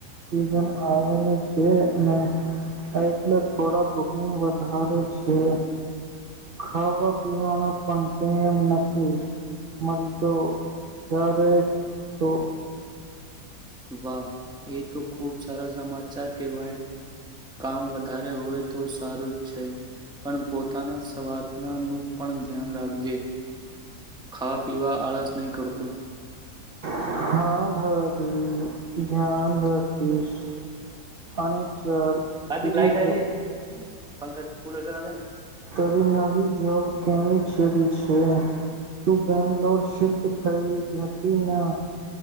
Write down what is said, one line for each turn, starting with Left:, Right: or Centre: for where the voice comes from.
Right: સિઝન આવેલી છે, ને એટલે થોડાુકંગ વધારે છે, ખાવા પીવાનો પણ તેમ નથી મળતો ક્યારે તો
Centre: વાહ એ તો ખૂબ સારા સમાચાર ચાર કેવાય કામ વધારે હોય તો સારું જ છે. પણ પોતાના વાત નું પણ ધ્યાન રાખ ખાવા પીવા આળસ નહી, કરતોું
Right: હા, ભબી ધ્યાન રાખશ અને ચાલ
Centre: કાર્તિક
Right: ત્રીસ
Centre: લાાઈટ આ ર હ પંખા કુલર ચલા દે ને
Right: તરી નવી કેવી ચ છે, તું બેંગ્લોર શિફ્ટ થઈ હતી,